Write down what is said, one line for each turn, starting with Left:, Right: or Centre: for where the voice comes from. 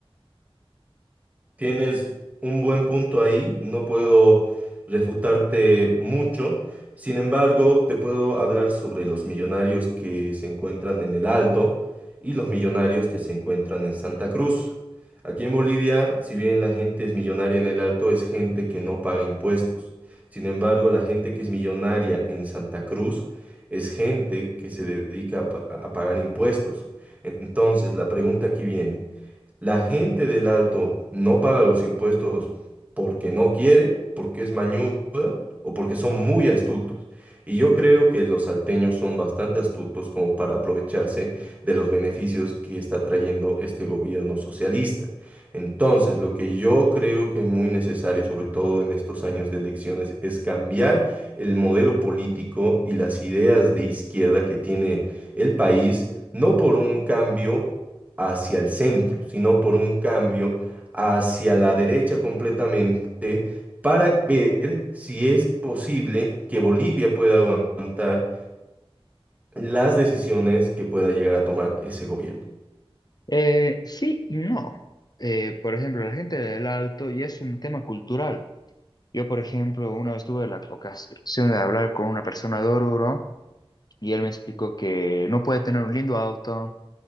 Right: Tienes un buen punto ahí, no puedo refutarte mucho. Sin embargo, te puedo hablar sobre los millonarios que se encuentran en el Alto y los millonarios que se encuentran en Santa Cruz. Aquí en Bolivia, si bien la gente es millonaria en el Alto, es gente que no paga impuestos. Sin embargo, la gente que es millonaria en Santa Cruz es gente que se dedica a pa- a pagar impuestos. Entonces, la pregunta aquí viene. La gente del Alto no paga los impuestos porque no quiere, porque es mañuda o porque son muy astutos. Y yo creo que los salteños son bastante astutos como para aprovecharse de los beneficios que está trayendo este gobierno socialista. Entonces, lo que yo creo que es muy necesario, sobre todo en estos años de elecciones, es cambiar el modelo político y las ideas de izquierda que tiene el país, no por un cambio hacia el centro, sino por un cambio hacia la derecha completamente para ver si es posible que Bolivia pueda aguantar las decisiones que pueda llegar a tomar ese gobierno.
Left: Eh, sí y no. Eh, por ejemplo, la gente del Alto ya es un tema cultural. Yo, por ejemplo, una vez tuve la ocasión de hablar con una persona de Oruro y él me explicó que no puede tener un lindo auto